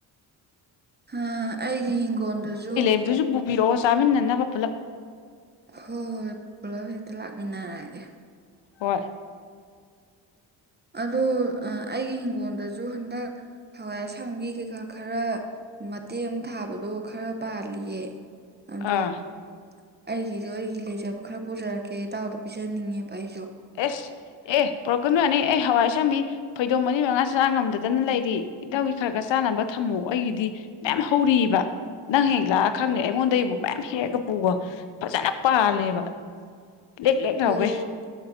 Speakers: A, on the right (about 20°); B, on the left (about 70°).
A: ꯍꯥ ꯑꯩꯒꯤ ꯍꯤꯡꯒꯣꯟꯗꯖꯨ
B: ꯃꯤꯗꯨꯁꯨ ꯄꯨꯕꯤꯔꯛꯑꯣ ꯆꯥꯃꯤꯟꯅꯅꯕ ꯄꯨꯂꯞ
A: ꯍꯣꯏ ꯍꯣꯏ ꯄꯨꯂꯞ ꯍꯦꯛꯇ ꯂꯥꯛꯃꯤꯟꯅꯔꯒꯦ
B: ꯍꯣꯏ
A: ꯑꯗꯣ ꯑꯥ ꯑꯩꯒꯤ ꯍꯤꯡꯒꯣꯜꯗꯁꯨ ꯍꯟꯗꯛ ꯍꯋꯥꯏ ꯑꯁꯥꯡꯕꯤ ꯀꯩꯀꯥ ꯈꯔ ꯃꯇꯦꯛ ꯑꯃ ꯊꯥꯕꯗꯣ ꯈꯔ ꯄꯥꯜꯂꯤꯌꯦ ꯑꯗꯣ
B: ꯑꯥ
A: ꯑꯩꯒꯤꯁꯨ ꯑꯩꯒꯤ ꯂꯩꯖꯕ ꯈꯔ ꯄꯨꯖꯔꯛꯀꯦ ꯏꯇꯥꯎꯗ ꯄꯤꯖꯅꯤꯡꯉꯦꯕ ꯑꯩꯁꯨ
B: ꯑꯦꯁ ꯑꯦ ꯄꯨꯔꯛꯀꯅꯨ ꯌꯥꯅꯤ ꯑꯩ ꯍꯋꯥꯏ ꯑꯁꯥꯡꯕꯤ ꯐꯩꯗꯣꯝ ꯃꯔꯤ ꯃꯉꯥ ꯆꯥ ꯉꯝꯗꯗꯅ ꯂꯩꯔꯤ ꯏꯇꯥꯎꯕꯤ ꯈꯔ ꯈꯔ ꯆꯥꯅꯕ ꯊꯝꯃꯣ ꯑꯩꯒꯤꯗꯤ ꯃꯌꯥꯝ ꯍꯧꯔꯤꯕ ꯅꯪ ꯍꯌꯦꯡ ꯂꯥꯛꯑ ꯈꯪꯅꯤ ꯑꯩꯉꯣꯟꯗꯩꯕꯨ ꯃꯌꯥꯝ ꯍꯦꯛꯑꯒ ꯄꯨꯒꯣ ꯐꯖꯅ ꯄꯥꯜꯂꯦꯕ ꯂꯦꯛ ꯂꯦꯛ ꯂꯥꯎꯒꯩ
A: ꯑꯣ